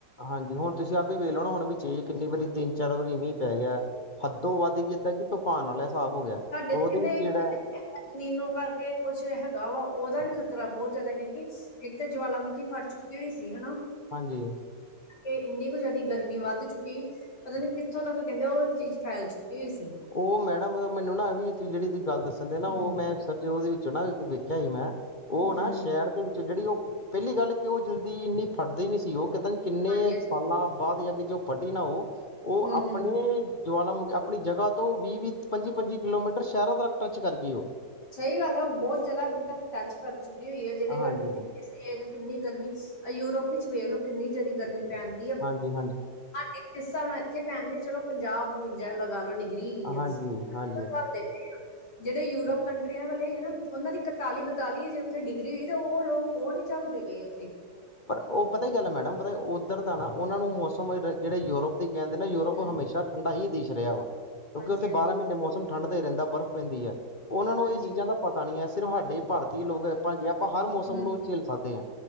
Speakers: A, on the left; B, on the left.
A: ਹਾਂਜੀ ਹੁਣ ਤੁਸੀਂ ਆਪ ਹੀ ਵੇਖ ਲੋ ਨਾ ਹੁਣ ਵਿਚੇ ਹੀ ਕਿੰਨੀ ਵਾਰੀ ਤਿੰਨ ਚਾਰ ਵਾਰੀ ਮੀਂਹ ਪੈ ਗਿਆ। ਹੱਦੋਂ ਵੱਧ ਹੀ ਕਿੱਦਾਂ ਕਿ ਤੂਫਾਨ ਆਲਾ ਹਿਸਾਬ ਹੋ ਗਿਆ
B: ਤੁਹਾਡੇ
A: ਉਹਦੇ
B: ਤੇ ਕਹਿੰਦੇ
A: ਵਿੱਚ ਜਿਹੜਾ
B: ਨੀਨੋ ਕਰਕੇ ਕੁੱਛ ਹੈਗਾ ਵਾ ਉਹਦਾ ਵੀ ਖ਼ਤਰਾ ਬਹੁਤ ਜੈਦਾ ਕਿਉਂਕਿ ਇੱਕ ਤੇ ਜਵਾਲਾਮੁੱਖੀ ਫੱਟ ਚੁੱਕੀ ਹੋਈ ਸੀ ਹੈਨਾ।
A: ਹਾਂਜੀ
B: ਕੇ ਇੰਨੀ ਕੁ ਜੈਦੀ ਗਰਮੀ ਵੱਧ ਚੁੱਕੀ ਪਤਾ ਨੀ ਕਿੱਥੋਂ ਤੱਕ ਕਹਿੰਦੇ ਉਹ ਚੀਜ਼ ਫੈਲ ਚੁੱਕੀ ਹੋਈ ਸੀ।
A: ਉਹ ਮੈਡਮ ਮੈਨੂੰ ਨਾ ਵੀ ਜਿਹੜੀ ਗੱਲ ਤੁਸੀਂ ਦੱਸਣ ਦੇ ਨਾ ਉਹ
B: ਹਮ
A: ਮੈਂ ਉਹਦੇ ਵਿੱਚੋਂ ਨਾ ਵੇਖਿਆ ਸੀ ਮੈਂ ਉਹ ਨਾ
B: ਹਮ
A: ਸ਼ਹਿਰ ਦੇ ਵਿੱਚ ਜਿਹੜੀ ਉਹ ਪਹਿਲੀ ਗੱਲ ਕਿ ਉਹ ਜਲਦੀ ਇੰਨੀ ਫਟਦੇ ਨੀ ਸੀ ਉਹ ਕਹਦੇ ਕਿੰਨੇ
B: ਹਾਂਜੀ
A: ਸਾਲਾਂ ਬਾਅਦ ਜਾ ਕੇ ਜੋ ਫੱਟੀ ਨਾ ਉਹ
B: ਹਮ
A: ਉਹ ਆਪਣੇ
B: ਹਮ
A: ਜਵਾਲਾ ਮੁਖ ਅਪਣੀ ਜਗ੍ਹਾ ਤੋਂ ਵੀਹ-ਵੀਹ, ਪੰਜੀ-ਪੰਜੀ ਕਿਲੋਮੀਟਰ ਸ਼ਹਿਰਾਂ ਤੱਕ ਟੱਚ ਕਰ ਗਈ ਓ।
B: ਸਹੀ ਗੱਲ ਆ ਬੌ ਜਿਆਦਾ ਅੱਗੇ ਤੱਕ ਟੱਚ ਕਰ ਚੁੱਕੀ ਹੋਈ ਐ ਜਿਹਦੇ ਕਰਕੇ
A: ਹਾਂਜੀ
B: ਕਿੰਨੇ ਕਿੰਨੀ ਗਰਮੀਂ ਯੂਰਪ ਵਿੱਚ ਵੇਖ ਲੋ ਕਿੰਨੀ ਜਿਆਦਾ ਗਰਮੀਂ ਪੈਣ ਡਈ ਆ।
A: ਹਾਂਜੀ ਹਾਂਜੀ
B: ਇਸ ਹਿਸਾਬ ਨਾਲ ਇੱਥੇ ਪੈਣਦੇ ਚਲੋ ਪੰਜਾਬ ਬਵੰਜਾ ਲਗਾ ਲੋ ਡਿਗਰੀ ਹੇਗੀ ਆ
A: ਹਾਂਜੀ
B: ਚੱਲਦੇ
A: ਹਾਂਜੀ
B: ਜੈੜੇ ਯੂਰਪ ਕੰਟਰੀਆਂ ਵਾਲੇ ਹੈਗੇ ਨਾ ਓਨਾਂ ਦੀ ਇਕਤਾਲੀ, ਬਤਾਲੀ ਜਜੇ ਓਥੇ ਡਿਗਰੀ ਹੋਈ ਤੇ ਓ ਲੋਕ ਓ ਨੀ ਝੱਲਦੇ ਪਏ ਓਥੇ।
A: ਪਰ ਓ ਪਤਾ ਕੀ ਗੱਲ ਐ ਮੈਡਮ ਪਤਾ ਉੱਧਰ ਦਾ ਨਾ ਓਨਾਂ ਨੂੰ ਮੌਸਮ ਜਿਹੜੇ ਯੂਰੋਪ ਕਹਿੰਦੇ ਨੇ ਯੂਰੋਪ
B: ਹੂੰ
A: ਹਮੇਸ਼ਾ ਠੰਡਾ ਹੀ ਦੇਸ਼ ਰਿਹਾ ਵਾ ਕਿਉਂਕਿ
B: ਹਾਂਜੀ-ਹਾਂਜੀ,
A: ਉੱਥੇ ਬਾਰਾਂ ਮਹੀਨੇ ਮੌਸਮ ਠੰਢਦਾ ਰਹਿੰਦਾ ਬਰਫ਼ ਪੈਂਦੀ ਏ ਓਨਾਂ ਨੂੰ
B: ਹਾਂਜੀ
A: ਇਹ ਚੀਜ਼ਾਂ ਦਾ ਪਤਾ ਨੀ ਐ। ਸਿਰਫ ਸਾਡੇ ਭਾਰਤੀ ਲੋਕ ਭਾਂਜੀ ਆਪਾਂ ਹਰ ਮੌਸਮ
B: ਹੂੰ
A: ਨੂੰ ਝੇਲ ਸਕਦੇ ਆ।